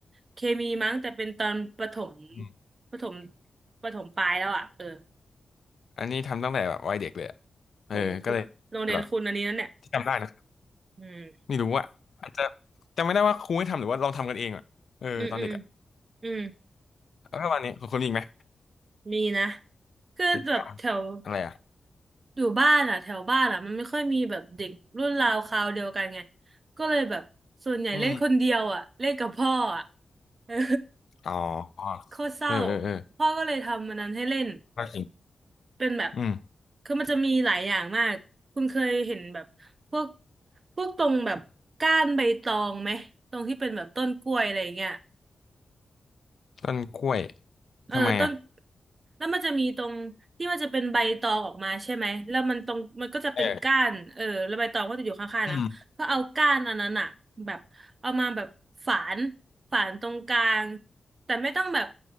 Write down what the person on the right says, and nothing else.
เคมีมั้งแต่เป็นตอนประถม
ประถมประถมปลายแล้วอ่ะเออ
โหคุณโรงเรียนคุณอันนี้นั่นเนี่ย
อืม
อืมอืมอืม
มีนะคือแบบแถว
อยู่บ้านอ่ะแถวบ้านอ่ะมันไม่ค่อยมีแบบเด็กรุ่นราวคราวเดียวกันไงก็เลยแบบส่วนใหญ่เล่นคนเดียวอ่ะเล่นกับพ่ออ่ะ
<laughs> เออ
โคตรเศร้า
พ่อก็เลยทำมันนั้นให้เล่น
เป็นแบบ
คือมันจะมีหลายอย่างมากคุณเคยเห็นแบบพวกพวกตรงแบบก้านใบตองไหมตรงที่เป็นแบบต้นกล้วยอะไรอย่างเงี้ย
เออต้น
แล้วมันจะมีตรงที่มันจะเป็นใบตองออกมาใช่ไหมแล้วมันตรงมันก็จะเป็นก้านเออแล้วใบตองก็จะอยู่ข้างๆเนาะก็เอาก้านอันนั้นอะแบบเอามาแบบฝาน
ฝานตรงกลางแต่ไม่ต้องแบบ